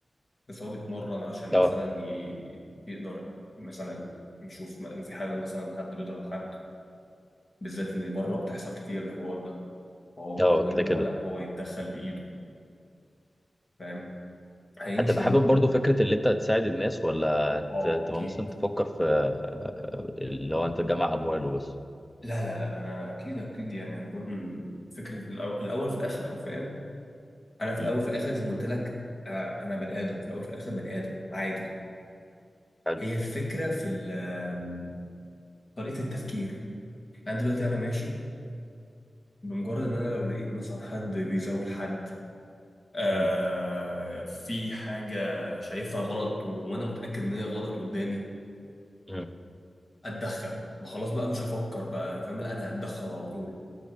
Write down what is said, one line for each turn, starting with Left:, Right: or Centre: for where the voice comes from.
Left: بس هو بيتمرن عشان مثلا
Centre: اه
Left: ي... يقدر مثلا يشوف م- لو في حاجة مثلا حد بيضرب حد بالذات إن بره بتحصل كتير الحوار ده فهو بالنسبة
Centre: اه كده
Left: له إن
Centre: كده
Left: هو لأ هو يتدخل بإيده فاهم هينشر
Centre: هتبقى حابب
Left: الرعب
Centre: برضو فكرة اللي انت هتساعد الناس ولا هت-
Left: اه
Centre: هتبقى
Left: اكيد
Centre: مثلا تفكر في آه، اللي هو انت تجمع امواله بس
Left: لا لا لا انا اكيد اكيد يعني هكون فكره الأو- الاول في الاخر حرفيا انا في
Centre: مم.
Left: الاول في الاخر زي ما قلت لك آه، انا بني ادم في الاول في الاخر بني ادم عادي
Centre: حلو
Left: هي الفكرة في ال- آم، طريقة التفكير أنا دلوقتي أنا ماشي بمجرد إن أنا لو لقيت مثلا حد بيزول حد آه
Centre: مم.
Left: في حاجة شايفها غلط و- وأنا متأكد إن هي غلط قدامي
Centre: مم.
Left: أتدخل ما خلاص بقى مش هفكر بقى فاهم لا أنا هتدخل على طول